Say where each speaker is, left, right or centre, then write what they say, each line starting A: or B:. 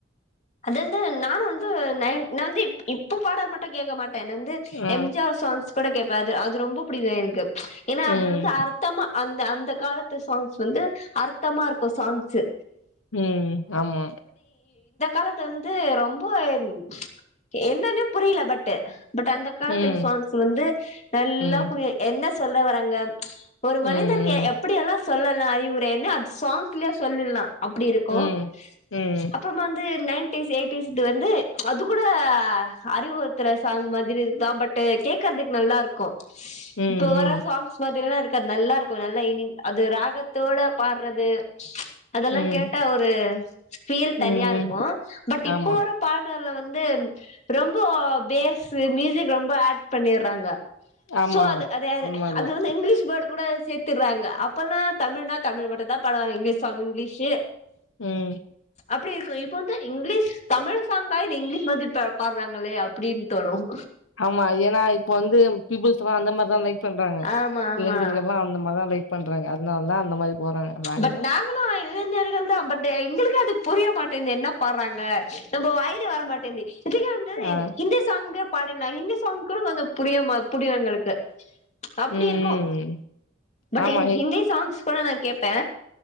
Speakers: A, on the left (about 35°); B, on the left (about 85°).
A: அது வந்து நானு வந்து நயன் நந்திப் இப்ப பாட மாட்ட கேக்க மாட் டநந்து
B: ஆ,
A: எம் ஜி ஆர் சாங்ஸ் கூட கேப்பே அது ரொம்ப அது அது புடிக்கிது எனக்கு ச் ஏன்னா
B: ம்,
A: அதுல வந்து அர்த்தமா அந் த அந்த காலத்து சாங்ஸ் வந்து அர்த்தமா இருக்கு சாங்ஸு
B: ம் ஆமா
A: பாட்டு வந்து ரொம்ப ச் என்னன்னே புரீல பட் பட் அந்த காலத்துல
B: ம்,
A: சாங்ஸ் வந்து நல்லா
B: ம்,
A: புரியும் என்ன சொல் த வராங்க ஒரு
B: ம்,
A: மனிதருக்கு
B: ம்,
A: எப்படி எல்லாம் சொல்லலாம் அறிவு இவரு என்ன அப்ஸ் சாங்க்லே சொல்லில்லா அப்டி இருக்கும்
B: ம், ம்,
A: அப்புறமா வந்து நைன்டீஸ் எயிட்டிஸு வந்து அது கூட அறிவுறுத்துற சாங் மாதிரி இருக்கு பட்டு கேக்கறதுக்கு நல்லா இருக்கும்
B: ம்,
A: இப்ப வற சாங்ஸ் மாதிரிலாம் இருக் க நல்லா இருக்கும் நல்லா இனி அது ராகத்தோட பாறது அதெல்லாம்
B: ம்,
A: கேட்டா ஒரு பீல்
B: ம்,
A: தனியா இருக் கும் பட் இப்ப
B: ஆமா,
A: வர பாடல்ல வந் வந்து ரொம்ப பேஸு மியூசிக் ரொம்ப ஆட் பண்ணிறாங்க
B: ஆமா,
A: சோ அது அதே
B: அந்த மாரிதான்.
A: அது வந்து இங்லிஷ் வேட் கூட சேத்துறாங்க அப்பல்லாம் தமிழ்னா தமிழ் மட்டும்தான் பாடுவாங்க இங்கிலீஷ் சாங்கு இங்கிலீஷ்
B: ம்
A: இப்டி இருக்கும் இப் போ வந்து இங்கிலீஷ் தமிழ் சாங்கா இல்ல இங்கிலீஷ் மாதிரி பாடுறாங்களே அப்டின்னு தோணும்
B: ஆமா ஏன்னா இப்ப வந்து பீபிள்ஸ்லாம் அந்த மாரிதான் லைக் பண்றாங்க
A: ஆமா ஆமா
B: இளைஞர்கள்லாம் அந்த மாதிரிதான் லைக் பண்றாங்க அதனால தான் அந்த மாரி போறாங்க வேன்ல
A: பட் நாங்களும் இளைஞர்கள் தான் பட்டு எங்களுக்கே அது புரிய மாட்டேங்கிது என்ன பாட்றாங்க நம்ப வாயிலே வரமாட்டேங்கிது இதுகே வந்து
B: ஆ
A: ஹிந்தி சாங்கு பா சென்ல ஹிந்தி சாங் கூட கொஞ்சம் புரியுமா புரியும் எங்களுக்கு அப்டிருக்கும்
B: ம் ம்
A: பட்
B: ஆமா
A: ஹிந்தி சாங்ஸ் கூட நா கேப் பே